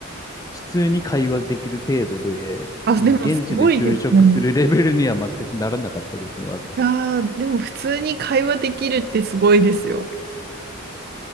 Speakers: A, on the left; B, on the right.
A: 普通に会話できる程度で、
B: あ、
A: もう現地で就職するレベルには全くならなかったですね、
B: でもすごいですね。
A: 私。
B: やー、
A: い
B: でも普通に会話できるってすごいですよ。